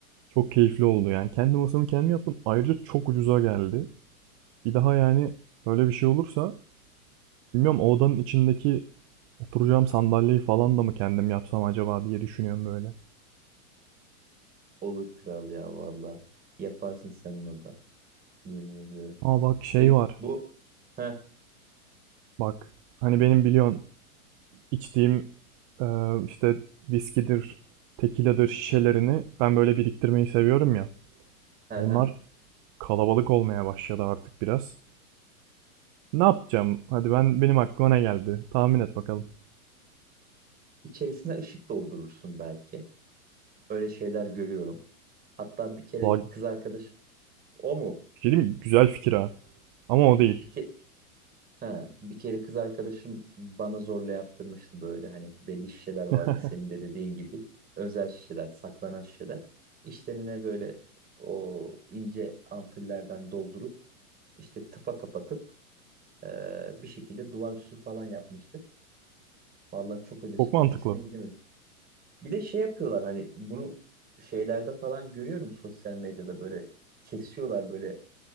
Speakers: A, on the right; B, on the right.
A: Çok keyifli oldu yani. Kendi masamı kendim yaptım. Ayrıca çok ucuza geldi. Bir daha yani böyle bir şey olursa bilmiyorum o odanın içindeki oturacağım sandalyeyi falan da mı kendim yapsam acaba diye düşünüyorum böyle.
B: Olur kral ya valla. Yaparsın sen onu da. Yemin ediyorum.
A: Ama bak
B: Senin
A: şey var.
B: bu hı
A: Bak hani benim biliyorsun içtiğim e, işte viskidir, tekiladır şişelerini ben böyle biriktirmeyi seviyorum ya.
B: hı.
A: Onlar
B: hı.
A: kalabalık olmaya başladı artık biraz. Ne yapacağım? Hadi ben benim aklıma ne geldi? Tahmin et bakalım.
B: İçerisine ışık doldurursun belki. Öyle şeyler görüyorum. Hatta bir kere
A: La,
B: kız arkadaş o mu?
A: bir şey diyeyim mi? güzel fikir ha. Ama o değil.
B: Bir ke Ha, bir kere kız arkadaşım bana zorla yaptırmıştı böyle hani belli şişeler vardı
A: <laughs>
B: senin de dediğin gibi özel şişeler saklanan şişeler içlerine böyle o ince ampullerden doldurup işte tıpa kapatıp e, bir şekilde duvar süsü falan yapmıştık. Vallahi çok ötesi,
A: Çok mantıklı.
B: ötesine gidemedim. Bir de şey yapıyorlar hani bunu şeylerde falan görüyorum sosyal medyada böyle kesiyorlar böyle